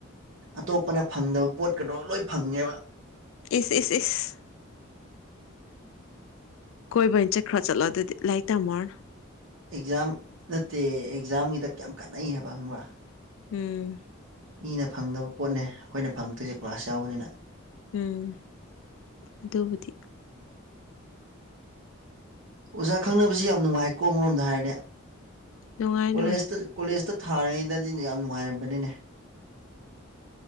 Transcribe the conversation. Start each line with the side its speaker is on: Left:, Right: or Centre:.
Right: ꯑꯇꯣꯞꯄꯅ ꯐꯪꯗꯕ ꯄꯣꯠꯀꯗꯣ ꯂꯣꯏ ꯐꯪꯉꯦꯕ
Left: ꯏꯁ ꯏꯁ ꯏꯁ ꯀꯣꯏꯕ ꯑꯣꯏ ꯆꯠꯈ꯭ꯔꯣ ꯆꯠꯂꯣ ꯑꯗꯨꯗꯤ ꯂꯥꯏꯔꯤꯛ ꯇꯝꯃꯨꯔꯅꯨ
Right: ꯑꯦꯛꯖꯥꯝ ꯅꯠꯇꯦ ꯑꯦꯛꯖꯥꯝꯒꯤꯗ ꯀꯌꯥꯝ ꯀꯥꯟꯅꯩ ꯍꯥꯏꯕ ꯈꯪꯕ꯭ꯔꯥ
Left: ꯎꯝ
Right: ꯃꯤꯅ ꯐꯪꯗꯕ ꯄꯣꯠꯅꯦ ꯑꯩꯈꯣꯏꯅ ꯐꯪꯉꯛꯇꯣꯏꯁꯦ ꯀ꯭ꯂꯥꯁ ꯌꯥꯎꯕꯅꯤꯅ
Left: ꯎꯝ ꯑꯗꯨꯕꯨꯗꯤ
Right: ꯑꯣꯖꯥ ꯈꯪꯅꯕꯁꯤ ꯌꯥꯝ ꯅꯨꯡꯉꯥꯏꯀꯣ ꯑꯃꯔꯣꯝꯗ ꯍꯥꯏꯔꯗꯤ
Left: ꯅꯨꯡꯉꯥꯏ
Right: ꯀꯣꯂꯦꯖꯇ
Left: ꯅꯨꯡꯉꯥꯏ
Right: ꯀꯣꯂꯦꯖꯇ ꯊꯥꯔꯤꯉꯩꯗꯗꯤ ꯌꯥꯝ ꯅꯨꯡꯉꯥꯏꯔꯝꯕꯅꯤꯅꯦ